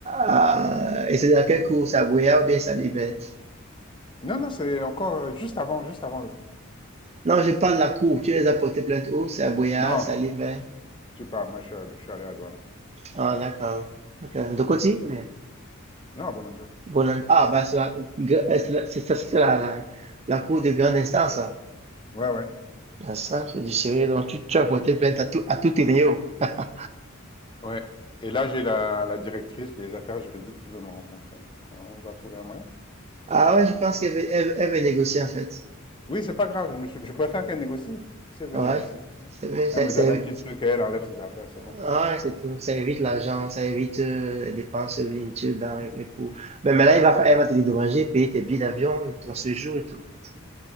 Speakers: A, on the right; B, on the left.
A: Ah, et c'est dans quelle cour? C'est à Boyard ou bien Salimé?
B: Non, non, c'est encore euh, juste avant, juste avant le pont.
A: Non, je parle de la cour. Tu les as portés plainte où? C'est à Boyard,
B: Non,
A: Salimé.
B: tu parles, moi je suis, à- je suis allé à Douala.
A: Ah, d'accord. Ok. De côté?
B: Euh,
A: Oui.
B: non, à Bonadjo.
A: Bonal- Ah, ben, c'est la, gra- c'est la- c'est ça, c'était la, la, la cour de grande instance. là.
B: Ouais, ouais,
A: Ah, ça, c'est du sérieux. Donc, tu, tu as porté plainte à tout, à tout tes néos. <laughs>
B: ouais. Et là, j'ai la, la directrice des affaires juridiques qui veut me rencontrer. Donc, on va trouver un moyen.
A: Ah ouais, je pense qu'elle veut, elle, veut elle veut négocier, en fait.
B: Oui, c'est pas grave. Je, me suis- je préfère qu'elle négocie. Si elle veut
A: Ah
B: négocier,
A: Ouais.
B: c'est bon.
A: C'est bien, ça,
B: Elle me
A: ça
B: donne
A: évi-
B: un petit truc et elle enlève ses affaires, c'est bon.
A: ah ouais, c'est tout. Ça évite l'argent, ça évite euh, les dépenses inutiles dans les, les cours. Ben, mais là, il va, elle va te dédommager, payer tes billets d'avion, ton séjour et tout, en fait.